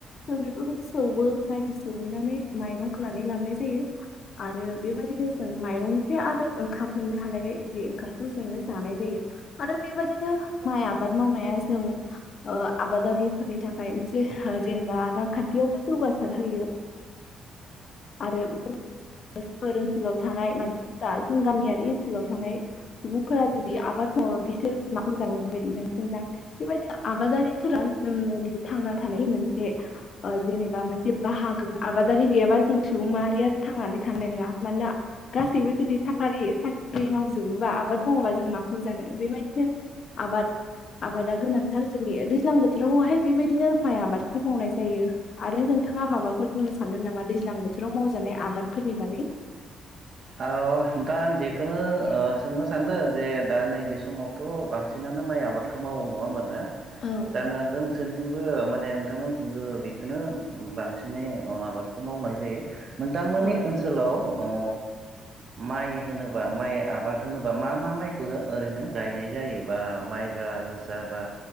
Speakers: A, on the left; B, on the right.
A: जों बेफोरखौ सौवो माइखौ सौहैनानै माइरं खोनानै लाबाय जायो आरो बेबायदिनो जों माइरंनिफ्राय आरो ओंखाम मोननो हालायबाय बे ओंखामखौ जोङो जानाय जायो आरो बेबायदिनो माइ आबाद मावनाया जों अ आबादारिफोरनि थाखाय मोनसे जेनेबा रांखान्थियावबो जौगासार होयो आरो बे ओनसोलाव थानाय मानसिफोरा जों गामियारि ओनसोलाव थानाय सुबुंफोरा जुदि आबाद मावाला बिसोरखज मोनोन बेबायदि नोंसिजां बेबायदि आबादारिफोरा जोंनि थांना थानाय मोनसे अ जेनेबा मोनसे बाहागो आबादारि गैयाबा जों सुबुं माहारिया थांनानै थानाय नङा मानोना गासैबो जुदि सखारि साख्रि मावजोबोबा आबाद मावाबा जों माखौ जानो बेबायदिनो आबाद आबादा गोनांथार जोंनि दैज्लां बोथोरावहाय बेबायदिनो माइ आबादखौ मावनाय जायो आरो नोंथाङा माबाफो फोर बुंनो सानगोन नामा दैज्लां बोथोराव मावजानाय आबादफोरनि बागै
B: अ नोंथां आं बेखौनो अ सोंनो सानदों जे दा नैबे समावथ' बांसिनानो माइ आबादखौ मावो नङा होनोमबा नोथां
A: औ
B: जानो हागोन नोंसोर थिंबो माने नोंथांमोननिथिंबो बेखौनो बांसिनै अ आबादखौ मावनाय जायो नोंथांमोननि
A: औ
B: ओनसोलाव ओ माइ होनोबा माइ आबाद होनोबा मा मा माइखौ ओरैनो गायनाय जायो बा माइब्रा जोसा बा